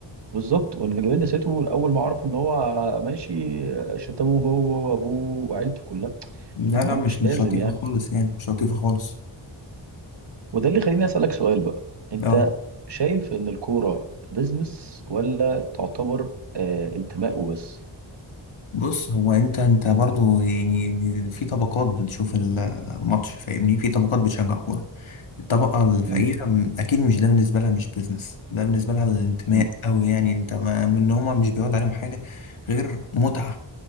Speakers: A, on the right; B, on the left.
A: بالظبط واللي جابني سيرته الاول ما عرفوا ان هو ماشي شتموه هو وابوه وعيلته كلها
B: لا
A: طب يا جماعه
B: لا مش
A: مش لازم
B: مش لطيفه
A: يعني
B: خالص يعني مش لطيفه خالص
A: وده اللي خليني اسالك سؤال بقى انت
B: اه
A: شايف ان الكوره بزنس ولا تعتبر آه انتماء وبس
B: بص هو انت انت برضو يعني في طبقات بتشوف الماتش فاهمني في طبقات بتشجع كورة الطبقة الفقيرة
A: مم.
B: م- اكيد مش ده بالنسبة لها مش بيزنس ده بالنسبة لها الانتماء
A: مم.
B: أوي يعني انت ما من إن هما مش بيعود عليهم حاجة غير متعة